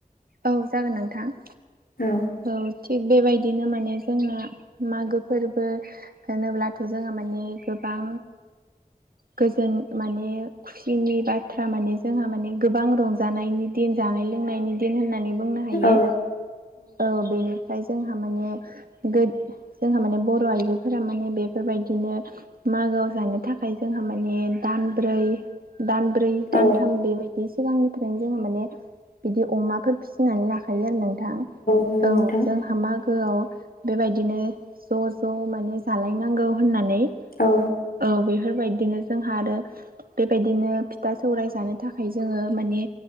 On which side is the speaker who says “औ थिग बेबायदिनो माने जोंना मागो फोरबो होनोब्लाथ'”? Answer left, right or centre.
Right